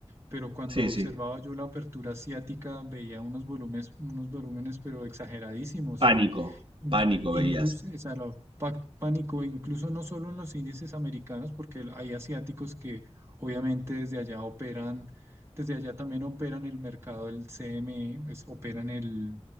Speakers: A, on the right; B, on the right.
A: Pero cuando
B: sí,
A: observaba
B: sí.
A: yo la apertura asiática, veía unos volúmenes, unos volúmenes, pero exageradísimos
B: Pánico,
A: en, in-
B: pánico
A: Incluso,
B: veías.
A: o sea, la- pac- pánico, incluso no solo en los índices americanos, porque el- hay asiáticos que obviamente desde allá operan, desde allá también operan el mercado del CME, es- operan el,